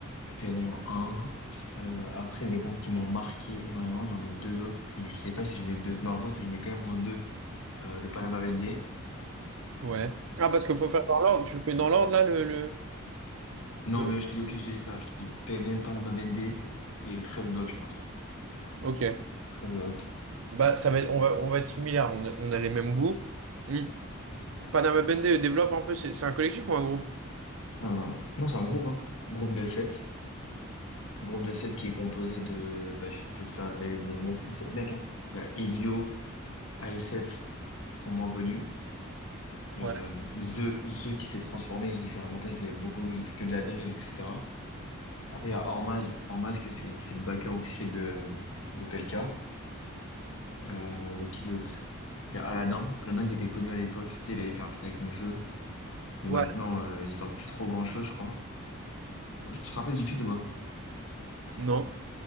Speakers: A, on the left; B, on the right.
A: PNL en 1. Euh, après, des groupes qui m'ont marqué énormément, j'en mets deux autres que je sais pas si je mets deux. Non, je crois que je mets quand même en deux euh, le Panama BND.
B: Ouais. Ah, parce qu'il faut faire dans l'ordre. Tu le fais dans l'ordre, là, le, le,
A: Non,
B: le-
A: mais je te dis, ok, je te dis ça. Je te dis PNL, Panama BND et treize blocs, je pense.
B: Ok.
A: treize blocs.
B: Bah, ça va être- on va, on va être similaires. On a, on a les mêmes goûts. Hmm. Panama Bende développe un peu. C'est c'est un collectif ou un groupe?
A: Un- Non, c'est un groupe, hein. Groupe de sept Groupe de 7 qui est composé de. Bah, je peux te faire les, les, mecs, les 7 mecs. Hein. Il y a Elio, ASF, qui sont moins connus. Euh,
B: Ouais.
A: The, The qui s'est transformé, il fait un matin, il fait beaucoup, il fait que de la drill, etc. Après, il y a Ormaz. Ormaz, que c'est c'est le backer officiel de, de PLK. Euh, il y a qui d'autre? Il y a Aladdin. Aladdin qui était connu à l'époque. Tu sais, il avait fait un feat avec Nekfeu. Mais
B: Ouais.
A: maintenant, euh, il sort plus trop grand-chose, je crois. Tu te rappelles du feat ou pas?
B: Non.